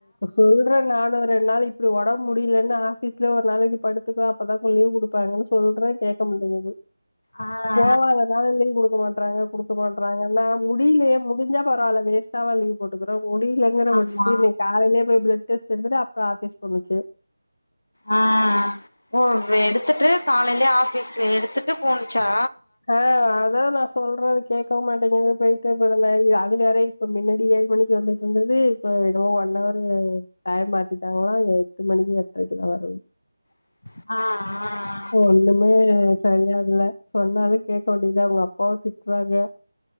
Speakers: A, on the left; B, on the left.
A: சொல்ற நானு ரெண்டு நாளைக் இப்டி ஒடம் முடியலன்னு ஆஃபீஸ்லே ஒரு நாளைக்கு படுத்துக்கோ அப்பதா கொஞ் லீவ் குடுப்பாங்கன்னு சொல்ற கேக்க மாட்டேங்குது
B: ஆ ஆ
A: போவாதனாலா லீவு குடுக்க மாட் றாங்க குடுக்க மாட்றாங்கனா முடியிலயே முடிஞ்சா பரவால்ல வேஸ்ட்டாவா லீவு போட்டுக்குறோ முடியலங்கற
B: ஆமா
A: பட்ச் காலைலே போய் பிளட் டெஸ்ட் எடுத்துட்டு அப்புறோ ஆஃபீஸ் போணுச்சு
B: ஆ ஓ எடுத்துட்டு காலையிலே ஆஃபீஸ்ல எடுத்துட்டு போணுச்சா
A: ஆ அதா நா சொல்ற கேக்கவு மாட்டேங்குது போய்ட்டு <unintelligible> அது வேறை இப்ப மின்னாடி ஏழு மணிக்கு வந்துட்ருந்துது இப்ப என்னமோ ஒன் அவரு டைம் மாத்திட்டாங்களா எட்டு மணிக்கு எட்றக்கெல்லா வர்றது
B: ஆ ஆ ஆ
A: ஒண்ணுமே சரியா இல்ல சொன்னாலு கேக்க மாட்டீங்குது அவுங்க அப்பாவு திட்றாங்க